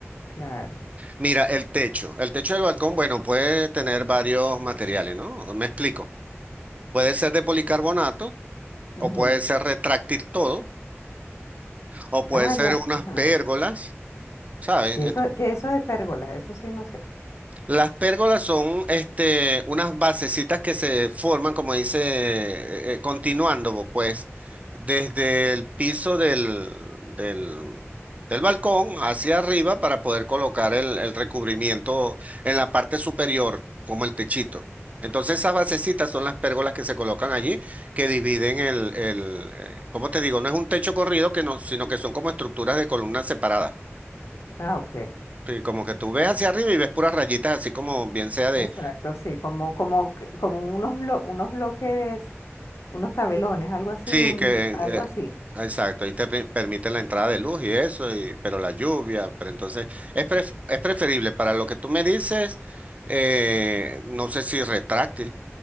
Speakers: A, on the left (about 85°); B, on the right (about 30°).
A: claro.
B: Mira, el techo. El techo del balcón, bueno, puede tener varios materiales, ¿no? Me explico. Puede ser de policarbonato,
A: Ujú.
B: o puede ser retráctil todo, o puede
A: Ah,
B: ser
A: ya,
B: unas
A: ajá.
B: pérgolas, ¿sabes?
A: ¿Qué eso, qué eso de pérgolas? Eso sí, no sé.
B: Las pérgolas son este, unas basecitas que se forman, como dice, eh, eh, continuando, pues, desde el piso del, del, del balcón hacia arriba para poder colocar el, el recubrimiento en la parte superior, como el techito. Entonces, esas basecitas son las pérgolas que se colocan allí, que dividen el, el eh, ¿cómo te digo? No es un techo corrido, que no, sino que son como estructuras de columnas separadas.
A: Ah, ok.
B: Sí, como que tú ves hacia arriba y ves puras rayitas, así como bien sea Ve.
A: Exacto, sí, como, como, que- como unos, blo- unos bloques, unos tabelones, algo así,
B: Sí,
A: un,
B: que
A: algo
B: eh,
A: así.
B: exacto, ahí te pe- permite la entrada de luz y eso, y- pero la lluvia, pero entonces es, pref- es preferible para lo que tú me dices, eh, no sé si retráctil.